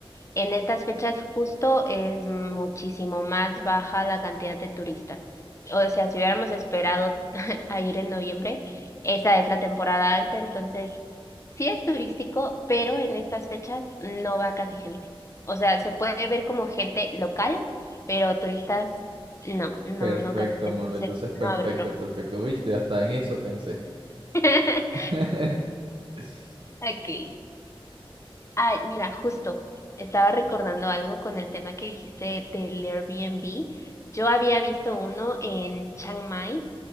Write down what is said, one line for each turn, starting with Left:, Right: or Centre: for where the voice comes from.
Left: En estas fechas justo es muchísimo más baja la cantidad de turistas. O sea, si hubiéramos esperado <laughs> a ir en noviembre, esa es la temporada alta, entonces sí es turístico, pero en estas fechas no va casi gente. O sea, se puede ver como gente local, pero turistas no, no,
Right: Perfecto,
Left: no casi, entonces
Right: amor. Entonces, perfecto,
Left: no va a haber problema.
Right: perfecto. Viste, hasta en eso pensé.
Left: <laughs>
Right: <laughs> <laughs>
Left: Ok. Ay, mira, justo, estaba recordando algo con el tema que dijiste del Airbnb. Yo había visto uno en Chiang Mai